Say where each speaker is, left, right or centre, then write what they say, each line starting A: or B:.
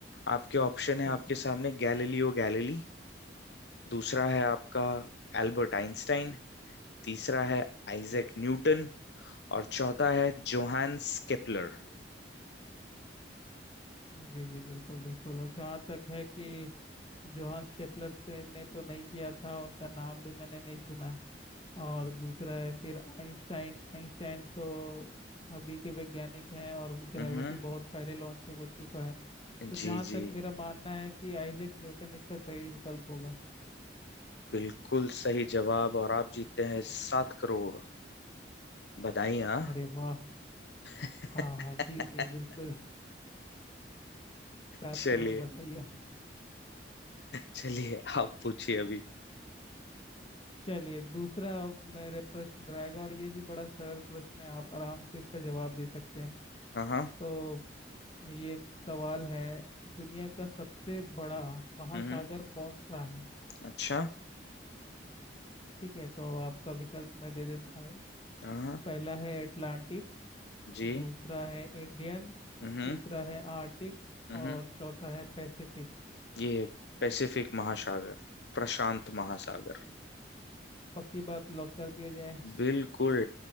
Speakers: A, on the left; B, on the left.
A: आपके ऑप्शन है
B: ठीक
A: आपके
B: है
A: सामने गैलीलियो गैलीली दूसरा है आपका एल्बर्ट आइंस्टाइन तीसरा है आइजैक न्यूटन और चौथा है जोहान्स केपलर
B: जी जी बिल्कुल बिल्कुल और जहाँ तक है कि जोहान्स केपलर ते- ने तो नहीं किया था उनका नाम भी मैंने नहीं सुना और दूसरा है फिर आइंस्टाइन आइंस्टाइन तो अभी के वैज्ञानिक हैं और ग्रेविटी
A: हम्म
B: बहुत पहले लॉन्च हो चुका है तो जहाँ
A: जी जी
B: तक मेरा मानना है कि आइजैक न्यूटन इसका सही विकल्प होगा
A: बिल्कुल सही जवाब और आप जीतते हैं सात करोड़ बधाई हाँ
B: अरे वाह
A: <laughs>
B: हाँ हाँ जी जी बिल्कुल सात
A: चलिए
B: करोड़ बताइए
A: चलिए आप पूछिए अभी
B: चलिए दूसरा मेरे प्रश्न रहेगा और ये भी बड़ा सरल प्रश्न है आप आराम से इसका जवाब दे सकते हैं
A: हाँ हाँ
B: तो ये एक सवाल है दुनिया का सबसे बड़ा महासागर
A: हम्म
B: कौन सा है
A: अच्छा
B: ठीक है तो आपका विकल्प मैं दे देता हूँ
A: हाँ
B: पहला है अटलांटिक
A: जी
B: दूसरा है इंडियन
A: हम्म
B: तीसरा है आर्टिक
A: हम्म
B: और चौथा है पैसिफिक
A: ये पैसिफिक महासागर प्रशांत महासागर
B: पक्की बात लॉक कर दिया जाए
A: बिल्कुल